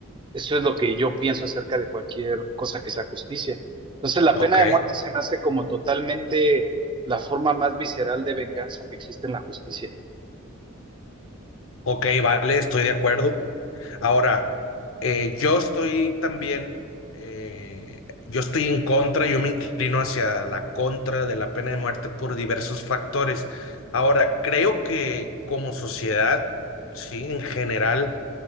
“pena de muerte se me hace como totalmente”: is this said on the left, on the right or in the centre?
Right